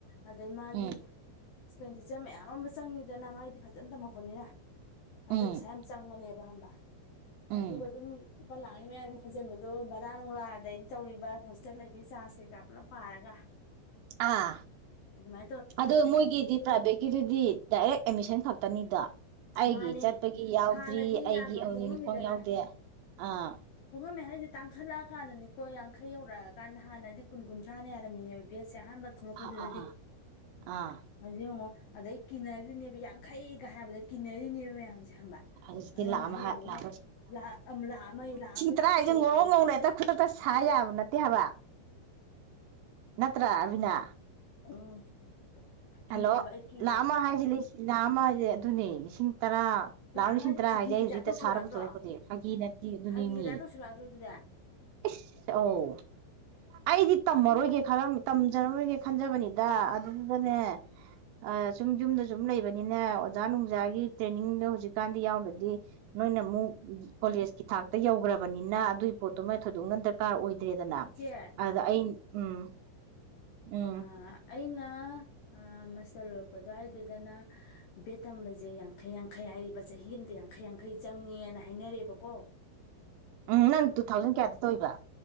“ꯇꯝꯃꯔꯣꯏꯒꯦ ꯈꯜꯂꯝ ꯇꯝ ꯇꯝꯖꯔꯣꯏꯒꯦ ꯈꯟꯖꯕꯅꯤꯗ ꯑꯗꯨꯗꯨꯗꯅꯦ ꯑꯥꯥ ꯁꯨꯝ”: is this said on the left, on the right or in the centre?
Right